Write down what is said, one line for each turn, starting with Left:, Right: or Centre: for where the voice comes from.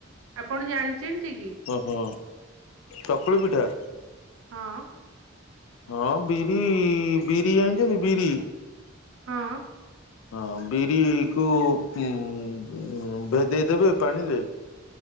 Right: ଆପଣ ଜାଣିଚନ୍ତି କି?
Left: ଓ ହୋ ଚକୁଳି ପିଠା?
Right: ହଁ।
Left: ହଁ ବିରି ବିରି ଜାଣିଚନ୍ତି ବିରି?
Right: ହଁ।
Left: ହଁ ବିରିକୁ ଉଁ - ଉଁ ଭେଦେଇ ଦେବେ ପାଣିରେ